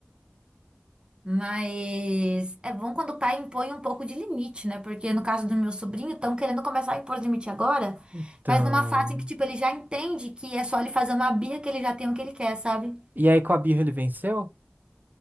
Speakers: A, on the right; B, on the right.
A: mas é bom quando o pai impõe um pouco de limite, né? Porque no caso do meu sobrinho, estão querendo começar a impor limite agora,
B: Então,
A: mas numa fase em que, tipo, ele já entende que é só ele fazer uma birra que ele já tem o que ele quer, sabe?
B: e aí com a birra ele venceu?